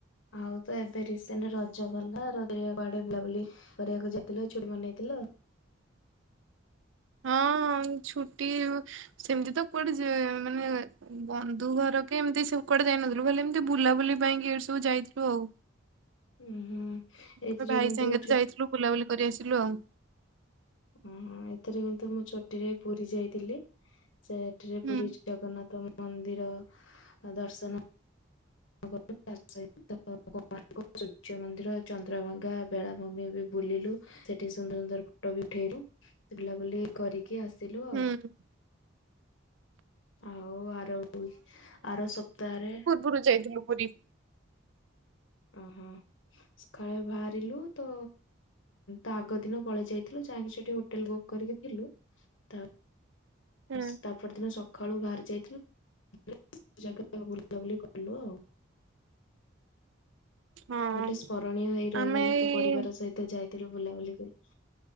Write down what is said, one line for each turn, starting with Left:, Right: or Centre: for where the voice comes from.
Left: ଆଉ ତ ଏବେ ରିସେଣ୍ଟ ରଜ ଗଲା ରଜ <unintelligible> ବୁଲାବୁଲି କରିବାକୁ ଯାଇଥିଲ ଚୁଟି ମନେଇଥିଲ?
Right: ହଁ ଛୁଟି ସେମିତି ତ କୁଆଠି ଯ ମାନେ ବନ୍ଧୁ ଘର କେମିତି ସବୁ କୁଆଡେ ଯାଇନଥିଲୁ। ଖାଲି ଏମିତି ବୁଲାବୁଲି ପାଇଁ କି ଏଠୁ ସବୁ ଯାଇଥିଲୁ ଆଉ।
Left: ଉ ହୁଁ ଏଇଥିରେ
Right: ମୋ ଭାଇ
Left: କିନ୍ତୁ
Right: ସାଙ୍ଗରେ
Left: ଛୁ
Right: ଯାଇଥିଲୁ ବୁଲାବୁଲି କରି ଆସିଲୁ ଆଉ।
Left: ଉଁ ହୁଁ ଏଥିରେ କିନ୍ତୁ ମୁଁ ଛୁଟିରେ ପୁରୀ ଯାଇଥିଲି। <unintelligible> ରେ
Right: ହୁଁ
Left: ପୁରୀ ଜଗନ୍ନାଥ ମନ୍ଦିର ଅ ଦର୍ଶନ କଲୁ ତା ସହିତ <unintelligible> ସୂର୍ଯ୍ୟ ମନ୍ଦିର ଚନ୍ଦ୍ରଭାଗା ବେଳାଭୂମି ବି ବୁଲିଲୁ। ସେଠି ସୁନ୍ଦର ସୁନ୍ଦର ଫଟୋ ବି ଉଠେଇଲୁ। ବୁଲା ବୁଲି କରି କି ଆସିଲୁ ଆଉ।
Right: ହୁଁ
Left: ଆଉ ଆର <unintelligible> ଆର ସପ୍ତାହରେ
Right: ପରୁ ଯାଇଥିଲୁ ପୁରୀ।
Left: ଓହୋ ସକାଳେ ବାହାରିଲୁ ତ ତା ଆଗ ଦିନ ପଳେଇ ଯାଇଥିଲୁ। ଯାଇକି ସେଠି ହୋଟେଲ ବୁକ୍ କରିକି ଥିଲୁ। <unintelligible>
Right: ହୁଁ
Left: ପରଦିନ ସକାଳୁ ବାହାରି ଯାଇଥିଲୁ <unintelligible> ଜାଗା ବୁଲବୁଲି କଲୁ ଆଉ।
Right: ହଁ
Left: ଗୋଟେ ସ୍ମରଣୀୟ ହେଇ ରହିଗଲା
Right: ଆମେ ଏଇ
Left: ତ ପରିବାର ସହିତ ତ ଯାଇଥିଲୁ ବୁଲାବୁଲି କରି।